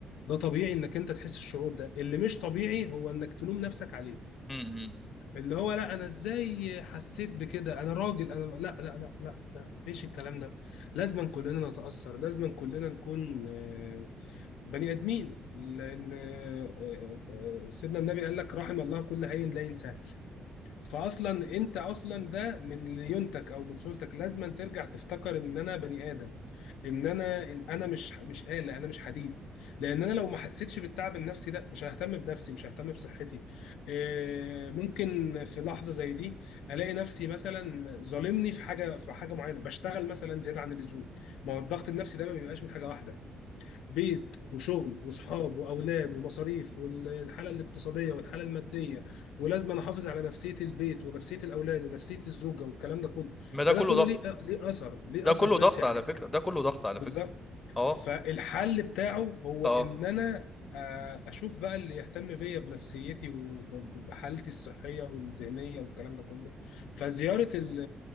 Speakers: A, on the left (about 85°); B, on the left (about 15°).
A: ده طبيعي انك انت تحس الشعور ده اللي مش طبيعي هو انك تلوم نفسك عليه
B: امم
A: اللي هو لا انا ازاي حسيت بكده انا راجل انا لا لا لا لا, لا. مفيش الكلام ده لازم كلنا نتأثر لازم كلنا نكون آه، بني ادمين لان آه، آه، آه، سيدنا النبي قال لك رحم الله كل هين لا ينساه فاصلا انت اصلا ده من ليونتك او من صورتك لازما ترجع تفتكر ان انا بني ادم ان انا إن انا مش مش آلة انا مش حديد لان انا لو ما حسيتش بالتعب النفسي ده مش ههتم بنفسي مش ههتم بصحتي إيه، ممكن في لحظة زي دي الاقي نفسي مثلا ظالمني في حاجة في حاجة معينة بشتغل مثلا زيادة عن اللزوم ما هو الضغط النفسي ده ما بيبقاش من حاجة واحدة بيت وشغل وصحاب واولاد ومصاريف والحاله الاقتصاديه والحاله الماديه ولازم انا احافظ على نفسيه البيت ونفسيه الاولاد ونفسيه الزوجه والكلام ده كله
B: ما ده
A: فده
B: كله
A: كله
B: ضغط
A: ليه ليه اثر ليه
B: ده
A: اثر
B: كله ضغط
A: نفسي عليك
B: على فكرة ده كله ضغط على
A: بالظبط
B: فكرة اه
A: فالحل بتاعه هو
B: اه
A: ان انا آه، اشوف بقى اللي يهتم بيا بنفسيتي وبحالتي الصحيه والذهنيه والكلام ده كله فزياره ال-